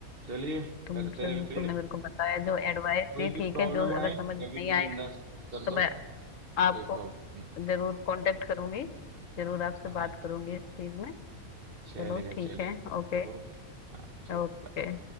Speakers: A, on the right (about 45°); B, on the left (about 65°).
A: चलिए
B: तुम
A: करते
B: तुम-
A: हैं फिर
B: तुमने मेरे को बताया जो एडवाइस
A: कोई
B: दी
A: भी
B: ठीक
A: प्रॉब्लम
B: है जो अगर
A: आए
B: समझ में
A: कभी
B: नहीं
A: भी
B: आएगा
A: बिंदास कॉल कर
B: तो
A: दो
B: मैं आपको
A: कोई प्रॉब्लम नहीं
B: जरूर कांटेक्ट करूंगी जरूर आपसे
A: हाँ
B: बात करूंगी इस चीज में चलो
A: चलेगा
B: ठीक
A: चलेगा
B: है ओके
A: ओके हाँ चलो
B: ओके
A: bye।